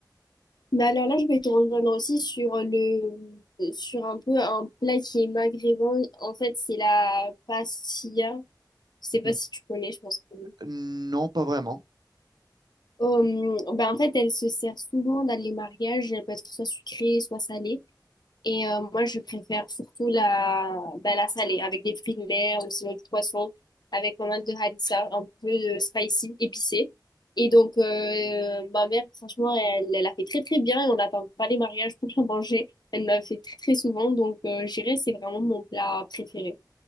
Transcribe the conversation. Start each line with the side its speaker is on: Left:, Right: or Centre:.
Left: Mais alors là, je vais te rejoindre aussi sur le, sur un peu un plat qui est maghrébin. En fait, c'est la pastilla. Je sais pas
Right: N-
Left: si tu connais, je pense que oui.
Right: Non, pas vraiment.
Left: Euh, ben en fait, elle se sert souvent dans les mariages. Elle peut être soit sucrée, soit salée. Et euh, moi, je préfère surtout la, bah, la salée, avec des fruits de mer ou sinon du poisson, avec pas mal de harissa, un peu de spicy, épicé. Et donc, euh, ma mère, franchement, elle, elle a fait très très bien et on n'attend pas les mariages pour la manger. Elle m'a fait très très souvent, donc euh, je dirais c'est vraiment mon plat préféré.